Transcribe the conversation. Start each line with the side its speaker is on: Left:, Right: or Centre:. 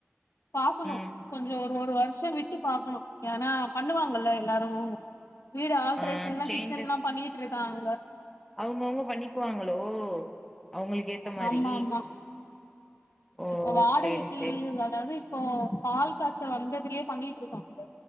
Left: பாக்கணு
Centre: ம்
Left: கொஞ்சொ ஒரு ஒரு வர்ஷொ விட்டு பாக்கணு ஏன்னா பண்ணுவாங்கல்ல எல்லாரு வீடு ஆல்ட்ரேஷன்லா
Centre: ஆ சேஞ்சஸ்
Left: கிச்சன்லா பண்ணிட்யிட்ருக்காங்க
Centre: அவுங்கவுங்க பண்ணிக்குவாங்களோ அவுங்களுக்கேத்த மாரி
Left: ஆமா ஆமா
Centre: ஓ
Left: இப்ப வாடைகைத்தீ
Centre: சேரி சேரி
Left: அதாவ்து இப்போ பால் காச்ச வந்ததுலே பண்ணிட்யிட்ருக்காங்க